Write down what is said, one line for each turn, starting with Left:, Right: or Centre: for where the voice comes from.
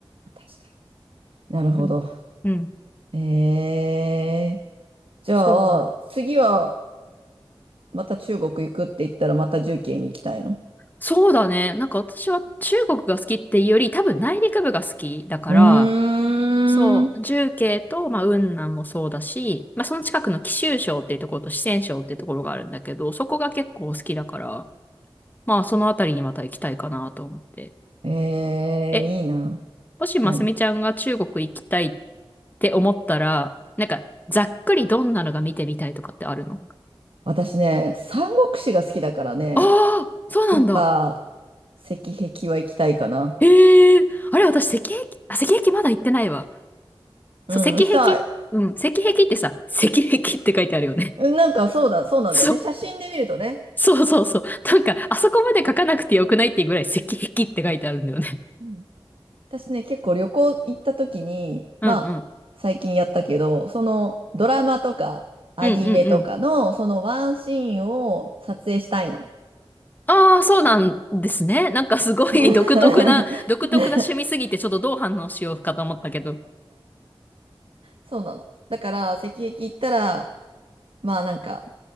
Right: 私だなるほど。
Left: うん。うん。
Right: へえじゃあ、
Left: そうなの。
Right: 次はまた中国行くって言ったらまた重慶に行きたいの
Left: そうだね。なんか私は中国が好きっていうより、多分内陸部が好きだから、
Right: うーん。
Left: そう、重慶と、まあ、雲南もそうだし、まあ、その近くの貴州省っていうところと四川省っていうところがあるんだけど、そこが結構好きだから、まあ、そのあたりにまた行きたいかなと思って。
Right: ええいいな。
Left: え、もし、ますみちゃんが中国行きたいっ
Right: 何
Left: て思ったら、なんか、ざっくりどんなのが見てみたいとかってあるの
Right: 私ね、三国志が好きだからね、
Left: ああー、そうなんだ。
Right: やっぱ、石壁は行きたいかな。
Left: ええあれ、私、石壁、あ、石壁まだ行ってないわ。
Right: うん、
Left: そう、石壁、
Right: 行きたい。
Left: うん、石壁ってさ、石壁って書いてあるよね。
Right: うんなんかそうだ、そうなんだよね。
Left: <laughs> そう、
Right: 写真で見るとね。
Left: そうそうそう。なんか、あそこまで書かなくてよくないっていうぐらい石壁って書いてあるんだよね。
Right: うん、私ね、結構旅行行った時に、
Left: うんうん。
Right: まあ、最近やったけど、そのドラマとかアニメとかの、
Left: うんうんうん。
Right: そのワンシーンを撮影したいの。
Left: ああ、そうなんですね。なんかすごい独特な、
Right: <laughs>
Left: 独特な趣味すぎて、ちょっとどう反応しようかと思ったけど。
Right: そうなの。だから、石壁行ったら、まあなんか、